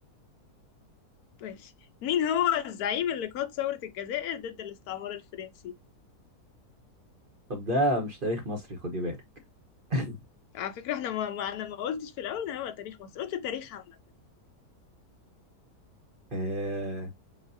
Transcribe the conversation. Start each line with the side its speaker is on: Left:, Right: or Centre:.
Left: ماشي مين هو الزعيم اللي قاد ثورة الجزائر ضد الاستعمار الفرنسي
Right: طب ده مش تاريخ مصري خدي بالك <laughs>
Left: على فكرة احنا ما, ما أنا ما قلتش في الأول إن هو تاريخ مصر قلت تاريخ عامة
Right: آه...